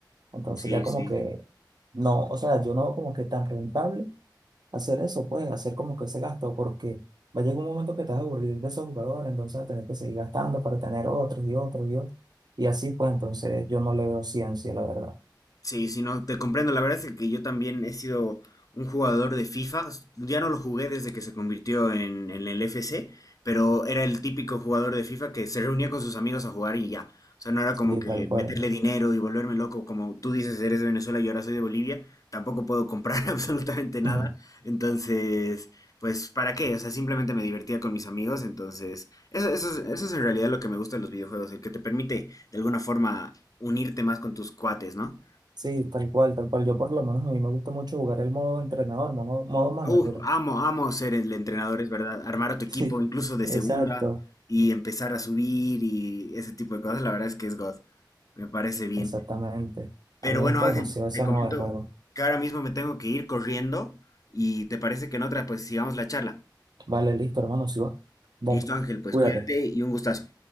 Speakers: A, on the right; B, on the left.
A: Entonces
B: Sí,
A: ya como
B: sí.
A: que no, o sea, yo no veo como que tan rentable hacer eso, pues, hacer como que ese gasto, porque va a llegar un momento que te vas a aburrir de esos jugadores, entonces vas a tener que seguir gastando para tener otros y otros y otros. Y así, pues, entonces yo no le veo ciencia, la verdad.
B: Sí, si no, te comprendo. La verdad es que yo también he sido un jugador de FIFA. Ya no lo jugué desde que se convirtió en, en el FC, pero era el típico jugador de FIFA que se reunía con sus amigos a jugar y ya. O sea, no era
A: Sí,
B: como que
A: tal cual.
B: meterle dinero y volverme loco. Como tú dices, eres de Venezuela y ahora soy de Bolivia. Tampoco puedo comprar <laughs> absolutamente nada.
A: <laughs>
B: Entonces, pues, ¿para qué? O sea, simplemente me divertía con mis amigos. Entonces, eso, eso es, eso es en realidad lo que me gusta de los videojuegos, el que te permite de alguna forma unirte más con tus cuates, ¿no?
A: Sí, tal cual, tal cual. Yo por lo menos a mí me gusta mucho jugar el modo entrenador, modo, modo manager.
B: Uf, amo,
A: <laughs>
B: amo ser el entrenador, es verdad. Armar a tu equipo,
A: Sí,
B: incluso de
A: exacto,
B: segunda, y empezar a subir y ese tipo de cosas, la verdad es que es God. Me parece bien.
A: exactamente.
B: Pero
A: A mí me
B: bueno,
A: gusta
B: Ángel,
A: demasiado ese
B: te comento
A: modo de juego.
B: que ahora mismo me tengo que ir corriendo y te parece que en otra, pues sigamos la charla.
A: Vale, listo, hermano, si va. Vale,
B: Listo, Ángel, pues
A: cuídate.
B: cuídate y un gustazo.